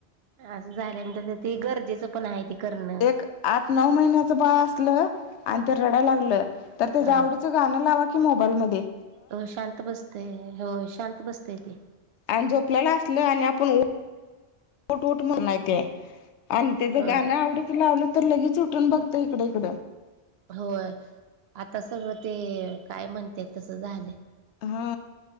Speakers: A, on the right (about 70°); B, on the left (about 80°).
A: असं झालं म्हण त गरजेचं पण आहे ते करणं.
B: एक आठ नऊ महिन्याच बाळ असलं. आणि ते रडाय लागलं तर त्याच्या
A: हा
B: आवडीचं गाणं लावा की मोबाईल मध्ये.
A: हो शांत बसतय हो शांत बसतय ते.
B: आणि झोपल्याला असल आणि आपण उठ''--'' उठ उठ म्हणून हाय ते आणि त्याच
A: ह
B: गाण आवडच लावलं. तर लगेच उठून बघत इकड इकडं.
A: होय आता सगळं ते काय म्हणतेय तसं झालं.
B: हा